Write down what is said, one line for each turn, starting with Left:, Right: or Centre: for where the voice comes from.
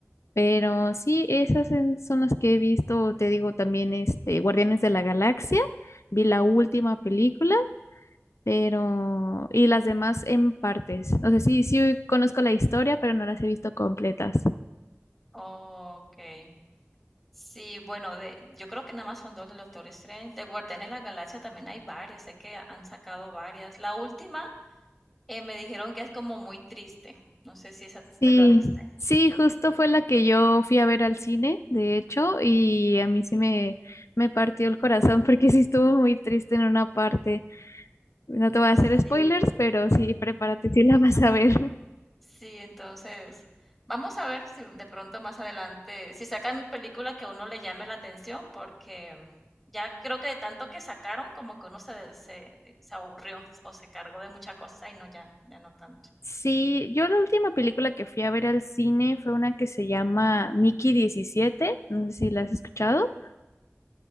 Left: pero sí, esas en- son las que he visto, te digo también este Guardianes de la Galaxia, vi la última película, pero y las demás en partes. O sea, sí, sí conozco la historia, pero no las he visto completas.
Centre: Okey. Sí, bueno, de, yo creo que nada más son dos de Doctor Strange. De Guardianes de la Galaxia también hay varias, sé que han sacado varias. La última eh, me dijeron que es como muy triste. No sé si esa tú
Left: Sí,
Centre: te la viste.
Left: sí, justo fue la que yo fui a ver al cine, de hecho, y a mí sí me, me partió el corazón <laughs> porque sí estuvo muy triste en una parte. No te voy a
Centre: Sí,
Left: hacer spoilers, pero sí, prepárate, sí la vas a ver. <laughs>
Centre: sí, entonces vamos a ver si de pronto más adelante, si sacan película que a uno le llame la atención, porque ya creo que de tanto que sacaron, como que uno se, se, se aburrió o se cargó de muchas cosas. Ay, no, ya, ya no tanto.
Left: Sí, yo la última película que fui a ver al cine fue una que se llama Mickey diecisiete. no sé si la has escuchado.